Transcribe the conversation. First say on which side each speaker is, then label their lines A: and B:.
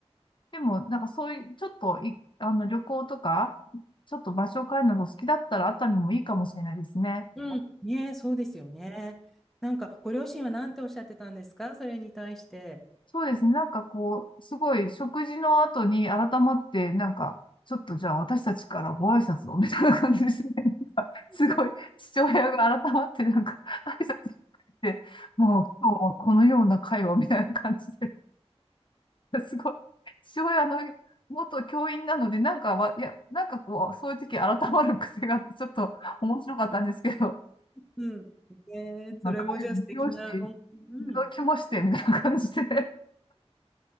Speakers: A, on the left (about 50°); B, in the centre.
A: でも、なんかそういう、ちょっとい、あの、旅行とか、ちょっと場所を変えるのが好きだったら、熱海もいいかもしれないですね。
B: うんねえ、そうですよね。なんか、ご両親は何ておっしゃってたんですかそれに対して。
A: そうですね。なんかこう、すごい食事の後に改まって、なんか、ちょっとじゃあ私たちからご挨拶をみたいな感じですね。なんかすごい父親が改まって、
B: そう
A: なんか挨拶してくれて、もう今日はこのような会話みたいな感じで、<laughs> すごい。父親の元教員なので、なんかわ、いや、なんかこう、そういう時改まる癖があって、ちょっと面白かったんですけど、
B: うん。ねえ、それもじゃあ素敵な思い、
A: なんか会議利用してい
B: うん。
A: ただきまして、みたいな感じで、